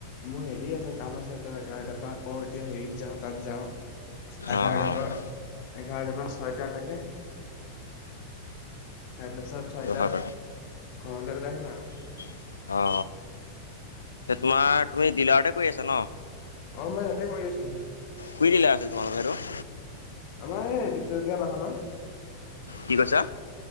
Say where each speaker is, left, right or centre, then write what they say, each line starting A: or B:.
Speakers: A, on the left; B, on the left.
A: মোৰ হেৰি আছে কাম আছে তই এঘাৰ পা ক এতিয়া হেৰিত যাও তাত যাও এঘাৰটাৰ
B: অঁ অঁ
A: পৰা
B: অঁ
A: এঘাৰটাৰ পৰা ছয়টালৈকে তাৰপিছত ছয়টাত
B: অঁ
A: ঘৰলৈ উলাই আহিম আৰু
B: অ তোমাৰ তুমি ডিলাৰতে কৰি আছা ন
A: অ মই তাতে কৰি আছো
B: কুই দিলাৰ আছিল তোমালোকৰ সেইটো
A: আমাৰ এই দুচকীয়া বাহনৰ
B: কি কৈছা